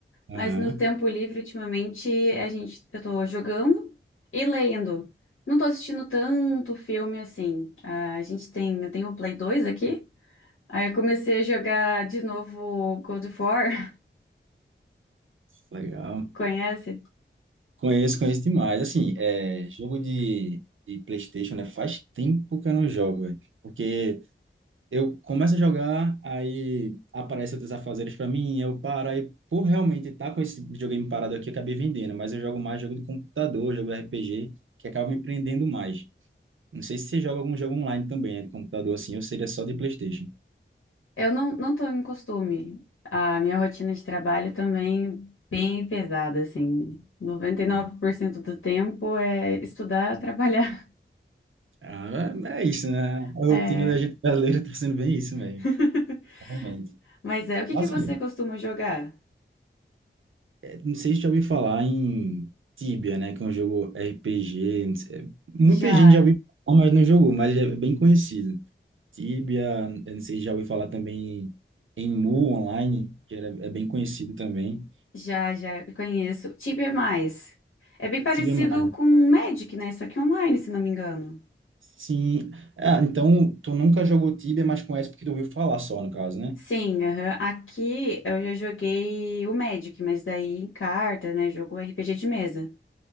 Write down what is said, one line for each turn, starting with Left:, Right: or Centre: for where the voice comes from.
Right: Aham,
Left: Mas no tempo livre, ultimamente, a gente, eu tô jogando e lendo. Não tô assistindo tanto filme assim. Ah, A gente tem, eu tenho o Play 2 aqui. Aí eu comecei a jogar de novo God of War.
Right: legal.
Left: <laughs> Conhece?
Right: Conheço, conheço demais. Assim, é, jogo de, de PlayStation, né? Faz tempo que eu não jogo, velho. Porque eu começo a jogar, aí aparece outros afazeres para mim, eu paro, aí por realmente estar com esse videogame parado aqui, eu acabei vendendo, mas eu jogo mais jogo de computador, jogo de RPG, que acaba me prendendo mais. Não sei se você joga algum jogo online também, né, de computador assim, ou seria só de PlayStation.
Left: Eu não, não tô em costume. A minha rotina de trabalho também bem pesada, assim. Noventa e nove
Right: Hum.
Left: por cento do tempo é estudar, trabalhar.
Right: Ah, é é isso, né? A
Left: <laughs>
Right: rotina da gente brasileira tá sendo bem isso, velho.
Left: <laughs>
Right: Realmente.
Left: Mas é, o que
Right: Mas
Left: que você
Right: assim,
Left: costuma jogar?
Right: é, não sei se já ouviu falar em Tibia, né? Que é um jogo RPG. não sei- é, Muita
Left: Já,
Right: gente já ouviu falar, mas não jogou, mas é bem conhecido. Tibia, eu não sei se já ouviu falar também em Mu Online, que era, é bem conhecido também.
Left: já, já conheço. Tibia é mais. É bem parecido
Right: Tibia é mais. né?
Left: com o Magic, né? Só que online, se não me engano.
Right: Sim. Ah, então tu nunca jogou Tibia, mas conhece porque tu ouviu falar só, no caso, né?
Left: Sim, aham. Aqui eu já joguei o Magic, mas daí em carta, né? Jogo RPG de mesa.